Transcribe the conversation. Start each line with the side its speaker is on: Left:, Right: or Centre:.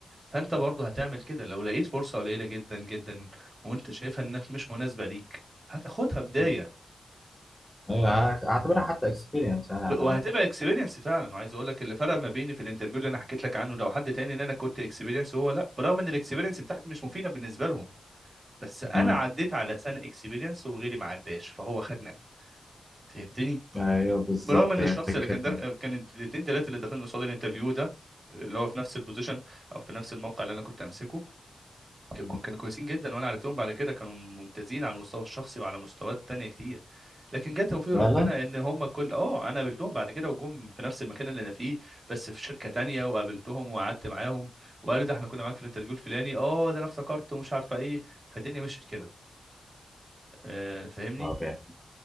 Right: فانت برضه هتعمل كده لو لقيت فرصه قليله جدا جدا وانت شايفها انك مش مناسبه ليك هتاخدها بدايه
Centre: مم. ايوه هعتبرها حتى اكسبيرينس يعني
Right: ب-
Centre: على
Right: وهتبقى اكسبيرينس فعلا وعايز اقول لك اللي فرق ما بيني في الانترفيو اللي انا حكيت لك عنه ده وحد تاني ان انا كنت اكسبيرينس وهو لا برغم ان الاكسبيرينس بتاعتي مش مفيده بالنسبه لهم بس انا
Centre: الاقل
Right: عديت على سنه اكسبيرينس وغيري ما عداش فهو خدني انا فهمتني
Centre: ايوه بالظبط
Right: برغم ان
Centre: هي
Right: الشخص
Centre: فكره
Right: اللي كان ده
Centre: إن
Right: كان الاثنين ثلاثه اللي داخلين قصاد الانترفيو ده اللي هو في نفس البوزيشن او في نفس الموقع اللي انا كنت امسكه كانوا
Centre: مم.
Right: كانوا كويسين جدا وانا عرفتهم بعد كده كانوا ممتازين على المستوى الشخصي وعلى مستويات تانية كتير لكن جه توفيق
Centre: فعلا
Right: ربنا ان هم كل اه انا قابلتهم بعد كده وجم في نفس المكان اللي انا فيه بس في شركة تانية وقابلتهم وقعدت معاهم وقالوا ده احنا كنا معاك في الانترفيو الفلاني اه ده انا افتكرت ومش عارفه ايه فالدنيا مشيت كده آه فاهمني
Centre: طب يعني